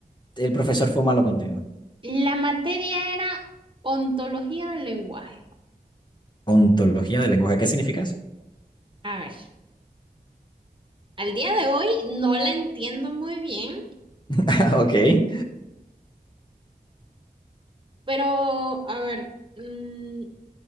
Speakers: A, on the left; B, on the right.
A: el profesor fue malo contigo?
B: La materia era ontología del lenguaje.
A: Ontología del lenguaje. ¿Qué significa eso?
B: A ver, al día de hoy no la entiendo muy bien,
A: <laughs> Ok.
B: pero a ver, mm,